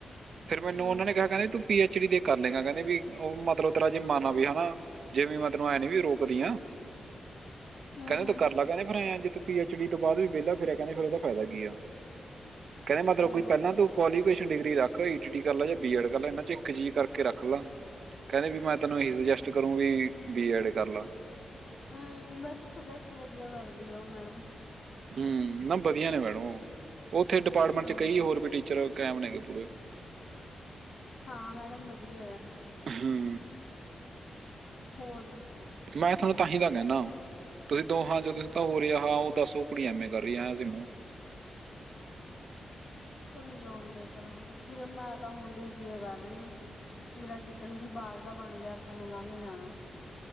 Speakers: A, on the right; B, on the left.
A: ਫੇਰ ਮੈਨੂੰ
B: ਹੂੰ
A: ਉਹਨਾਂ ਨੇ ਕਿਹਾ ਕਹਿੰਦੇ ਤੂੰ ਪੀ ਐਚ ਡੀ ਦੇ ਕਰ ਲਾਂਗਾ ਕਹਿੰਦੇ ਵੀ, ਉਹ ਮਤਲਬ ਤੇਰਾ ਜੇ ਮਨ ਹੋਵੇ ਵੀ ਹਨਾ। ਜਿਵੇਂ ਮੈਂ ਤੈਨੂੰ ਐਂ ਨੀ ਵੀ ਰੋਕਦੀ ਆ।
B: ਹੂੰ
A: ਕਹਿੰਦੇ
B: ਹੂੰ
A: ਤੂੰ ਕਰ ਲਾ, ਕਹਿੰਦੇ ਫਿਰ ਐ ਜੇ ਤੂੰ ਪੀ ਐਚ ਡੀ ਤੋਂ ਬਾਅਦ ਵੀ ਵਿਹਲਾ ਫਿਰ ਇਹ ਕਹਿੰਦੇ ਫੇਰ ਉਹਦਾ ਫਾਇਦਾ ਕੀ ਆ, ਕਹਿੰਦੇ ਮਤਲਬ
B: ਸਹੀ
A: ਕੋਈ
B: ਆ
A: ਪਹਿਲਾਂ ਤੋਂ ਕੁਆਲੀਫਿਕੇਸ਼ਨ ਡਿਗਰੀ ਰੱਖ, ਈ ਟੀ ਟੀ ਕਰ ਲੈ ਜਾਂ ਬੀ ਐਡ ਕਰ ਲੈ, ਇਹਨਾਂ 'ਚੋ ਇੱਕ ਚੀਜ਼ ਕਰਕੇ ਰੱਖ ਲੈ। ਕਹਿੰਦੇ ਵੀ ਮੈਂ ਤੈਨੂੰ ਇਹੀ ਸੁਜੈਸਟ ਕਰੂ ਵੀ ਬੀ ਏਡ ਕਰ ਲੈ।
B: ਹੂੰ, ਵੈਸੇ ਸੁਜੈਸਟ ਵਧੀਆ ਕਰਦੀ ਆ ਉਹ ਮੈਡਮ।
A: ਹੂੰ, ਨਾ ਵਧੀਆ ਨੇ ਮੈਡਮ ਉਹ, ਉੱਥੇ ਡਿਪਾਰਟਮੈਂਟ
B: ਹਾਂ
A: 'ਚ ਕਈ ਹੋਰ ਵੀ ਟੀਚਰ ਕੈਮ ਨੇ ਹੈਗੇ ਪੂਰੇ।
B: ਹਾਂ ਮੈਡਮ ਵਧੀਆ ਆ।
A: ਹੂੰ।
B: ਹੋਰ ਦੱਸੋਂ?
A: ਮੈਂ ਤੁਹਾਨੂੰ ਤਾਂਹੀ ਤਾਂ ਕਹਿਨਾ। ਤੁਸੀਂ ਦੋਹਾ 'ਚੋ, ਤੁਸੀਂ ਤਾਂ ਹੋ ਰਿਹਾ ਉਹ ਦੱਸ ਕੁੜੀ ਐਮ ਏ ਕਰ ਰਾਹੀ ਐ, ਸਿਮੂ।
B: ਕਰੀ ਜਾਣ ਦੇ ਪਰਾ, ਵੀਰੇ ਮੈਂ ਤਾਂ ਹੁਣ ਡੀ ਸੀਏ ਕਰ ਰਹੀ ਆ। ਮੇਰਾ ਜਿੱਦਣ ਵੀ ਬਾਹਰ ਦਾ ਬਣ ਗਿਆ, ਆਪਾਂ ਨੇ ਲੰਘ ਜਾਣਾ।